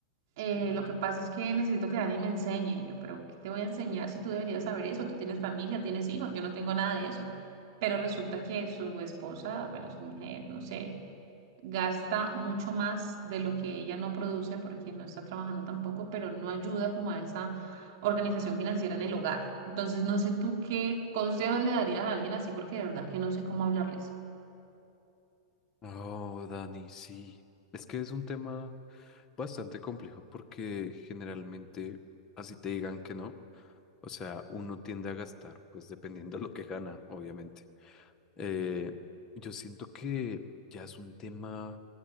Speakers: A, on the right (about 60°); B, on the left (about 25°).
A: eh, lo que pasa es que necesito que alguien me enseñe. Y yo, pero ¿qué te voy a enseñar si tú deberías saber eso? Tú tienes familia, tienes hijos, yo no tengo nada de eso. Pero resulta que su esposa, bueno, su mujer, no sé, gasta mucho más de lo que ella no produce porque no está trabajando tampoco, pero no ayuda como a esa organización financiera en el hogar. Entonces, no sé tú qué consejos le darías a alguien así porque de verdad que no sé cómo hablarles.
B: Oh, Dani, sí. Es que es un tema bastante complejo porque generalmente, así te digan que no, o sea, uno tiende a gastar, pues dependiendo de lo que gana, obviamente. Eh, yo siento que ya es un tema